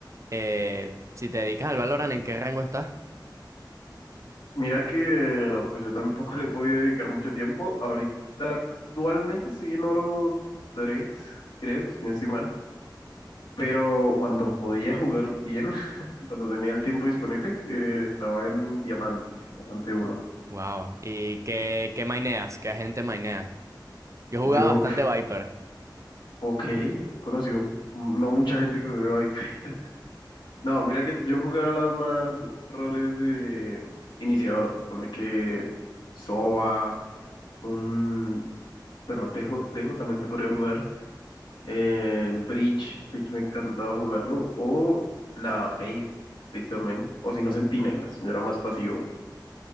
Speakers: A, on the right; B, on the left.
A: Eh, si te dedicas al Valorant, ¿en qué rango estás?
B: Mira que pues yo tampoco le he podido dedicar mucho tiempo. Ahorita actualmente estoy en oro 3 creo, si no estoy mal. Pero cuando podía jugar bien, <laughs> cuando tenía el tiempo disponible, eh, estaba en diamante, diamante uno
A: Wow. ¿Y qué, qué maineas? ¿Qué agente mainea? Yo jugaba
B: Yo,
A: bastante
B: <laughs>
A: Viper.
B: ok, conocido no mucha gente que veo ahí. <laughs> No, mira que yo jugaba más roles de iniciador. Ponle que Soba, un, bueno, Tejo, Tejo también te podría jugar. El Breach, Breach me encantaba jugarlo. O la Fade, Fade también. O si no, Centinelas. Yo era más pasivo